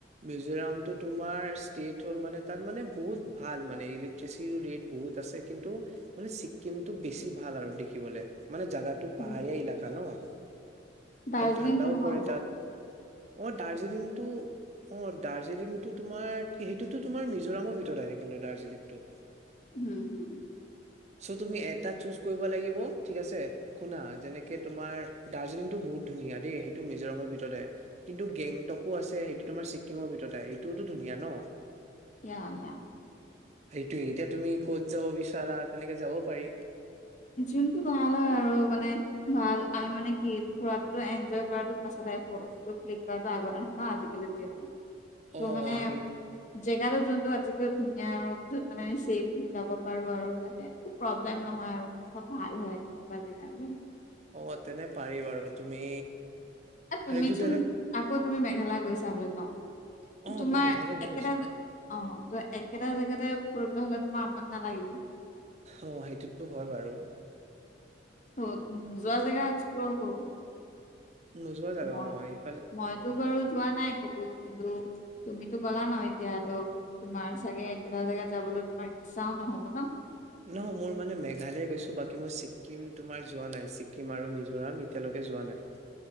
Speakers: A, on the right; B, on the left.
A: মিজোৰামটো তোমাৰ ষ্টেট হ'ল মানে তাত মানে বহুত ভাল মানে ইলেক ট্ৰেচিয় ৰেট বহুত আছে কিন্তু মানে ছিক্কিমটো বেছি ভাল আৰু দেখিবলৈ। মানে জাগাটো
B: উম
A: পাহাৰীয়া এলেকা ন
B: দাৰ্জিলিং
A: আৰু ঠাণ্ডাও
B: কেনেকুৱা
A: পৰে
B: হ'ব
A: তাত। অঁ দাৰ্জিলিংটো অ দাৰ্জিলিংটো তোমাৰ, সেইটোতো তোমাৰ মিজোৰামৰ ভিতৰত আহে কিন্তু দাৰ্জিলিংটো।
B: উম হুম।
A: চ' তুমি এটা চুজ কৰিব লাগিব ঠিক আছে, শুনা যেনেকে তোমাৰ দাৰ্জিলিংটো বহুত ধুনীয়া দেই সেইটো মিজোৰামৰ ভিতৰতে আহে। কিন্তু গেংটকো আছে সেইটো তোমাৰ ছিক্কিমৰ ভিতৰতে আহে সেইটোওতো ধুনীয়া ন।
B: য়া য়া।
A: সেইটোয়ে এতিয়া তুমি ক'ত যাব বিচাৰা, তেনেকে যাব পাৰি।
B: যোনটো ভাল হয় আৰু মানে ভাল আমি মানে কি ফুৰাটো, এনজয় কৰাটো পাছত আহে, ফটো চটো ক্লিক কৰাটো আগত আহে ন। <unintelligible> ত'
A: অ
B: মানে
A: সেই
B: জেগাটো যোনটো আজিকালি ধুনীয়া আৰু য'ত মানে ছেফলি যাব পাৰো আৰু যাতে। প্ৰব্লেম নহয় আৰু চব ভাল হয় তেনেকুৱা জেগা আৰু।
A: অ' তেনে পাৰি বাৰু তুমি
B: এই তুমিচোন
A: সেইটো তেনে
B: আকৌ তুমি মেঘালয় গৈছা বোলে ন?
A: অ
B: তোমাৰ
A: মই মেঘালয় গৈ
B: একেটা
A: আহিছো
B: অ' ত' একেটা জেগাতে ফুৰিবলৈ হ'লে তোমাৰ আমনি নালাগিব।
A: অ সেইটোতো হয় বাৰু।
B: তো নোযোৱা জেগা এক্সপ্ল'ৰ কৰোঁ।
A: নোযোৱা জাগা
B: মই
A: অ এইফালে
B: মইতো বাৰু যোৱা নাই ক'তো। কিন্তু তুমিটো গ'লা ন এতিয়া ত' তোমাৰ চাগে একেটা জেগাত যাবলৈ তোমাৰ ইচ্ছাও নহ'ব ন।
A: নহয় মোৰ মানে মেঘালয়া গৈছো বাকী মই ছিক্কিম তোমাৰ যোৱা নাই। ছিক্কিম আৰু মিজোৰাম। এতিয়ালৈকে যোৱা নাই।